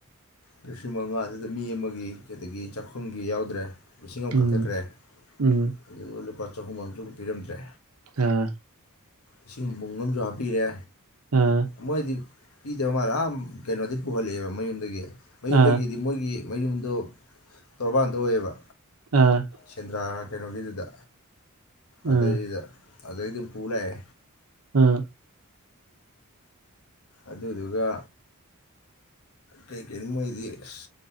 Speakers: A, on the left; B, on the right.
A: ꯂꯤꯁꯤꯡ ꯃꯉꯥ ꯑꯗꯨꯗ ꯃꯤ ꯑꯃꯒꯤ ꯑꯗꯒꯤ ꯆꯥꯛꯈꯨꯝꯒꯤ ꯌꯥꯎꯗ꯭ꯔꯦ ꯂꯤꯁꯤꯡ ꯑꯃ
B: ꯎꯝ
A: ꯀꯛꯊꯠꯈ꯭ꯔꯦ
B: ꯎꯝ
A: ꯑꯗꯨꯒ ꯂꯨꯄꯥ ꯆꯥꯍꯨꯝ ꯑꯝꯖꯨ ꯄꯤꯔꯝꯗ꯭ꯔꯦ
B: ꯑꯥ
A: ꯏꯁꯤꯡ ꯕꯨꯡ ꯑꯝꯖꯨ ꯍꯥꯞꯄꯤꯔꯦ
B: ꯑꯥ
A: ꯃꯣꯏꯗꯤ ꯄꯤꯗꯕ ꯃꯥꯜꯂꯦ ꯑ ꯀꯩꯅꯣꯗꯩ ꯄꯨꯍꯜꯂꯛ ꯑꯦꯕ ꯃꯌꯨꯝꯗꯒꯤ ꯃꯌꯨꯝꯗꯒꯤꯗꯤ
B: ꯑꯥ
A: ꯃꯣꯏꯒꯤ ꯃꯌꯨꯝꯗꯣ ꯇꯣꯔꯕꯥꯟꯗ ꯑꯣꯏꯌꯦꯕ
B: ꯑꯥ
A: ꯁꯦꯟꯗ꯭ꯔꯥ ꯀꯩꯅꯣꯒꯤꯗꯨꯗ ꯑꯗꯩꯗꯨꯗ
B: ꯑꯥ
A: ꯑꯗꯩ ꯑꯗꯨꯝ ꯄꯨꯂꯛꯑꯦ
B: ꯎꯝ
A: ꯑꯗꯨꯗꯨꯒ ꯀꯩ ꯀꯩꯅꫭ ꯃꯣꯏꯒꯤ ꯑꯁ